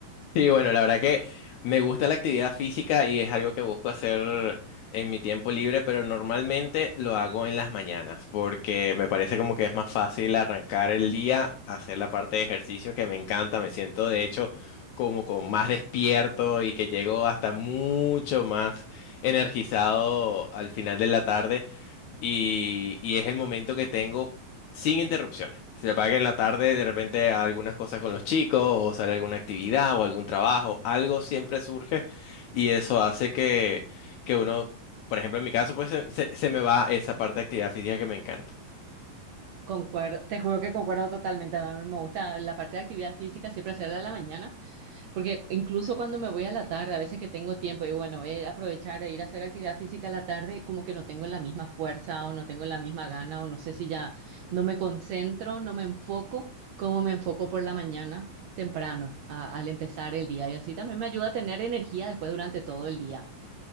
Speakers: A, on the left (about 70°); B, on the right (about 70°).
A: Sí, bueno, la verdad que me gusta la actividad física y es algo que busco hacer en mi tiempo libre, pero normalmente lo hago en las mañanas porque me parece como que es más fácil arrancar el día, hacer la parte de ejercicio que me encanta, me siento de hecho como con más despierto y que llego hasta mucho más energizado al final de la tarde. y, y es el momento que tengo sin interrupciones. Se apaga que en la tarde, de repente algunas cosas con los chicos, o sale alguna actividad o algún trabajo, algo siempre surge y eso hace que, que uno, por ejemplo, en mi caso, pues se, se- se me va esa parte de actividad física que me encanta.
B: Concuerdo, te juro que concuerdo totalmente. A mí me gusta la parte de actividad física siempre hacerla a la mañana, Porque incluso cuando me voy a la tarde, a veces que tengo tiempo, y bueno, voy a ir a aprovechar e ir a hacer actividad física a la tarde, como que no tengo la misma fuerza o no tengo la misma gana o no sé si ya no me concentro, no me enfoco como me enfoco por la mañana temprano a- al empezar el día. Y así también me ayuda a tener energía después durante todo el día.